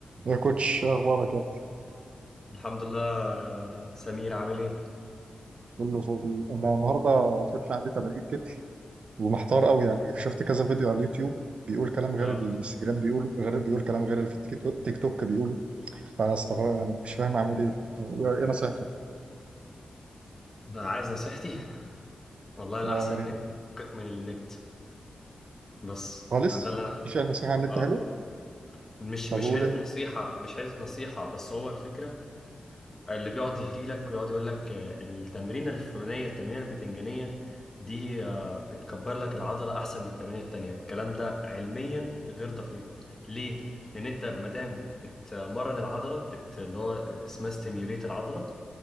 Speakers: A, on the right; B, on the left.
A: يا كوتش إيه اخبارك يا ابني
B: الحمد لله يا سمير عامل ايه؟
A: كله فل انا النهارده كوتش عندي تمارين كتف ومحتار قوي يعني شفت كذا فيديو على اليوتيوب بيقول كلام غير
B: اه
A: الانستجرام بيقول غير بيقول كلام غير اللي في التيك توك تيك توك بيقوله فانا استغرب يعني مش فاهم اعمل ايه ايه نصيحتك
B: ما عايز نصيحتي والله الأحسن
A: اه يا ريت
B: إن أنت تفكك من النت بس
A: خالص
B: آه، ده اللي أنا
A: مفيش اي نصيحه عن النت
B: اه
A: حلو
B: مش
A: طب
B: مش
A: قول
B: حتة
A: انت
B: نصيحة مش حتة نصيحة بس هو الفكرة اللي بيقعد يهري لك ويقعد يقول لك آه، التمرينة الفلانية التمرينة البتنجانية دي آه، بتكبر لك العضلة أحسن من التمرينة التانية الكلام ده علميا غير دقيق ليه؟ لأن أنت مادام بتمرن العضلة بت... اللي هو اسمها ستيميوليت العضلة